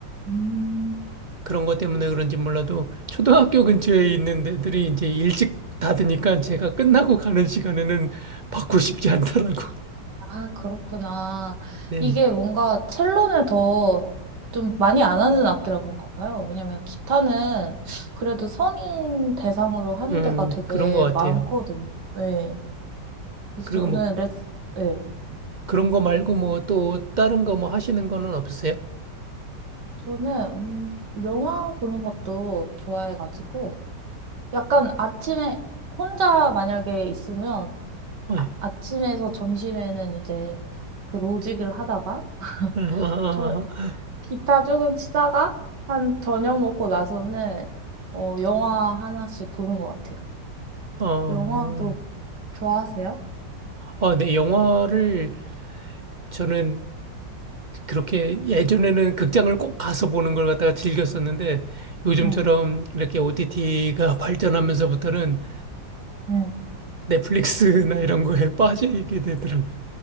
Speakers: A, on the right; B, on the right.
A: 음.
B: 그런 것 때문에 그런지 몰라도 초등학교 근처에 있는 데들이 이제 일찍 닫으니까 제가 끝나고 가는 시간에는 받고 싶지 않더라고.
A: 아, 그렇구나.
B: <laughs> 네네.
A: 이게 뭔가 첼로는 더 좀 많이 안 하는 악기라 그런가 봐요. 왜냐면 기타는 그래도 성인 대상으로 하는
B: 음,
A: 데가 되게
B: 그런 것 같아요.
A: 많거든요. 예. 그래서
B: 그리고
A: 저는
B: 뭐
A: 레스, 예.
B: 그런 거 말고 뭐 또 다른 거 뭐 하시는 거는 없으세요?
A: 저는, 음, 영화 보는 것도 좋아해가지고 약간 아침에 혼자 만약에 있으면
B: 네.
A: 아, 아침에서 점심에는 이제 그 로직을 하다가
B: 네. 아,
A: 저
B: 아,
A: 기타 조금 치다가 한 저녁 먹고 나서는 어, 영화 하나씩 보는 것 같아요.
B: 아, 어,
A: 영화도
B: 어.
A: 좋아하세요?
B: 아, 네, 영화를 저는 그렇게 예전에는 극장을 꼭 가서 보는 걸 갖다가 즐겼었는데 요즘처럼
A: 네,
B: 이렇게 OTT가 <laughs> 발전하면서부터는
A: 네,
B: 넷플릭스나 이런 거에 <laughs> 빠지게 되더라고요.